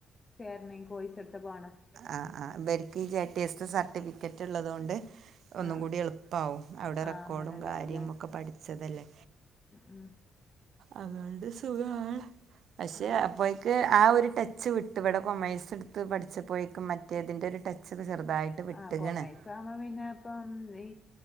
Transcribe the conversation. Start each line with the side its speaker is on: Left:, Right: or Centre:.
Left: ചേരനെങ്കിൽ കോയ്സെടുത് പോണ
Right: ആ ആ ഇബര്ക്ക് ഈ ജെട്ടി എസ്റ്റ് സർട്ടിഫിക്കറ്റ് ഇള്ളതോണ്ട് ഒന്നും
Left: ആ
Right: കൂടി എള്പ്പാവും അവടെ
Left: ആ
Right: റെക്കോഡും
Left: അങ്ങനെ ഉണ്ടാവുംല്ലേ
Right: കാര്യോം ഒക്കെ പഠിച്ചതല്ലേ
Left: ഉം
Right: അതോണ്ട് സുഖാണ് പക്ഷെ
Left: ആ
Right: അപ്പോയെക്ക് ആ ഒരു ടച്ച് വിട്ടു ഇവടെ കൊമേഴ്സ് എട്ത്ത് പഠിച്ചപോയേക്കും മറ്റേതിൻ്റെ ഒരു ടച്ച് ചെറുതായിട്ട് വിട്ട്ക്ക്ണ്
Left: ആ കൊമേഴ്സ് ആവുമ്പോ പിന്നെ പ്പം ഈ